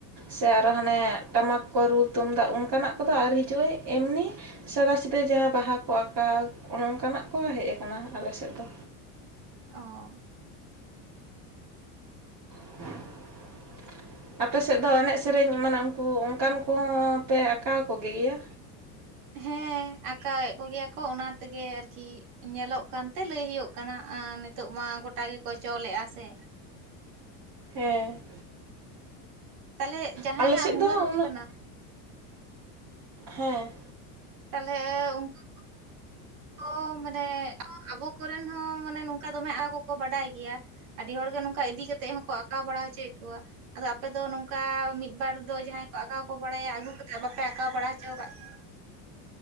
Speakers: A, on the right (about 45°); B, on the right (about 75°).
A: ᱥᱮ ᱟᱨᱦᱚ ᱦᱟᱱᱮ ᱴᱟᱢᱟᱠ ᱠᱚ ᱨᱩ ᱛᱩᱢᱫᱟᱜ ᱚᱱᱠᱟᱱᱟᱜ ᱠᱚᱫᱚ ᱟᱹᱣᱨᱤ ᱦᱤᱡᱩᱜᱼᱟ ᱮᱢᱱᱤ ᱥᱟᱫᱟ ᱥᱤᱫᱟᱹ ᱡᱟᱦᱟᱸ ᱵᱟᱦᱟ ᱠᱚ ᱟᱸᱠᱟᱣ ᱚᱱ ᱚᱱᱠᱟᱱᱟᱜ ᱠᱚ ᱦᱮᱸᱡ ᱠᱟᱱᱟ ᱟᱞᱮ ᱥᱮᱫ ᱫᱚ
B: ᱚ
A: <unintelligible> ᱟᱯᱮ ᱥᱮᱫ ᱫᱚ ᱮᱱᱮᱡ ᱥᱮᱨᱮᱧ ᱮᱢᱟᱱᱟᱜ ᱩᱱᱠᱩ ᱚᱱᱠᱟᱱ ᱠᱚᱦᱚᱸ ᱯᱮ ᱟᱸᱠᱟᱣ ᱠᱚ ᱜᱮᱭᱟ
B: ᱦᱮᱸ ᱟᱠᱟᱸᱠᱟᱣᱮᱫ ᱠᱚᱜᱮᱭᱟ ᱠᱚ ᱚᱱᱟ ᱛᱮᱜᱮ ᱟᱨᱠᱤ ᱧᱮᱞᱚᱜ ᱠᱟᱱᱛᱮ ᱞᱟᱹᱭ ᱦᱩᱭᱩᱜ ᱠᱟᱱᱟ ᱟ ᱱᱤᱛᱚᱜ ᱢᱟ ᱜᱚᱴᱟ ᱜᱚᱴᱟ ᱜᱮᱠᱚ ᱪᱚᱞᱮᱜᱼᱟ ᱥᱮ
A: ᱦᱮᱸ
B: ᱛᱟᱦᱚᱞᱮ ᱡᱟᱦᱟᱸᱭᱟᱜ
A: ᱟᱞᱮ ᱥᱮᱫ
B: ᱦᱩᱱᱟᱹᱨ
A: ᱫᱚ ᱩᱱᱟᱹᱜ
B: ᱠᱟᱱᱟ
A: ᱦᱮᱸ
B: ᱛᱟᱞᱦᱮ ᱩᱱᱠᱩ ᱠᱚ ᱢᱟᱱᱮ ᱟᱵᱚ ᱠᱚᱨᱮᱱ ᱦᱚᱸ ᱢᱟᱱᱮ ᱱᱚᱝᱠᱟ ᱫᱚᱢᱮ ᱟ ᱠᱚᱠᱚ ᱵᱟᱰᱟᱭ ᱜᱮᱭᱟ ᱟᱹᱰᱤ ᱦᱚᱲᱜᱮ ᱱᱚᱝᱠᱟ ᱤᱫᱤ ᱠᱟᱛᱮᱫ ᱦᱚᱸᱠᱚ ᱟᱸᱠᱟᱣ ᱵᱟᱲᱟ ᱦᱚᱪᱚᱭᱮᱫ ᱠᱚᱣᱟ ᱟᱫᱚ ᱟᱯᱮ ᱫᱚ ᱱᱚᱝᱠᱟ ᱢᱤᱫᱵᱟᱨ ᱫᱚ ᱡᱟᱦᱟᱸᱭ ᱠᱚ ᱟᱸᱠᱟᱣ ᱠᱚ ᱵᱟᱲᱟᱭᱟ ᱟᱹᱜᱩ ᱠᱟᱛᱮᱫ ᱵᱟᱯᱮ ᱟᱸᱠᱟᱣ ᱵᱟᱲᱟ ᱦᱚᱪᱚ ᱠᱟᱫ ᱠᱚᱣᱟ